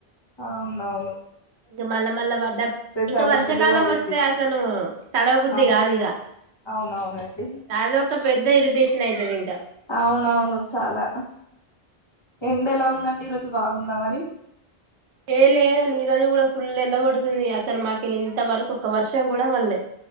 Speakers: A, on the left; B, on the right.
A: అవును అవును
B: ఇంక మళ్ళా మళ్ళా పడ్డ ప ఇంకా
A: జలుబులు
B: వర్షాకాలం
A: అది
B: వస్తే
A: ఇది
B: అసలు.. తడవ బుద్ధి
A: అవును
B: కాదు ఇక..
A: అవునవునండి
B: అద ఒక పెద్ద ఇరిటేషన్ నైయితది ఇంకా
A: అవునవును చాలా ఎండ ఎలా ఉందండి ఈరోజు బాగుందా మరి
B: ఏ లేదని ఈ రోజు కూడా ఫుల్ ఎండగొడుతుంది అసలు మాకుళ్ళి ఇంత వరకు ఒక వర్షం కూడా పడలే